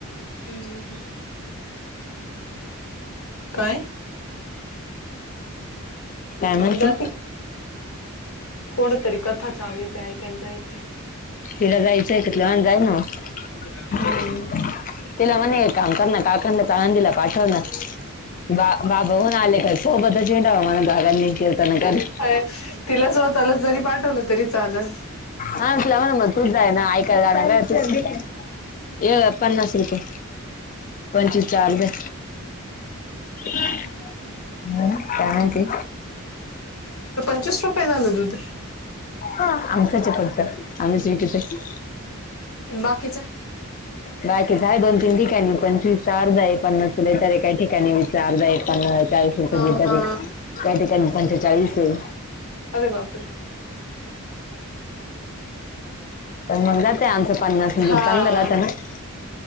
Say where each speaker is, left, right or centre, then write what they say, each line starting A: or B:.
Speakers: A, on the left; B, on the left.
A: हम्म. काय?
B: काय म्हणते
A: जाती कोडतरी कथा चालूय. ते ऐकायला जायचय.
B: तिला जायचंय त, तीला म्हणा जाय ना म.
A: हम्म.
B: तिला म्हणा एक काम करणा. काकानाच आळंदीला पाठवना. बा बाबा होउन आले का, सोबत हीडांव म्हणा दोगांनी किर्तन करी
A: <inaudible> तिला स्वतःलाच जरी पाठवलं तरी चालल.
B: हा तिला म्हणा म तूच जायना. ऐकायला जाण्यापेक्षा तूच क ये पन्नास रुपये. पंचवीस च्या अर्ध्याय. <inaudible> हम्म, काय म्हणती?
A: चीस रुपये झालं दूध.
B: हा. आमचाचे फक्त. आम्ही <unintelligible>
A: बाकीच?
B: बाकीच हाये. दोन तीन ठिकाणी पंचवीस च आर्धाये. हे पन्नास च लिटरे एकाही ठिकाणी. च अर्धा एक प चाळीस
A: हा
B: रुपये लिटरे.
A: हा.
B: काही ठिकाणी पंचेचाळीसे.
A: अे बापरे.
B: तर मग जाते आमचं पन्नास म्हणजे
A: हा.
B: चांगलं राहतं ना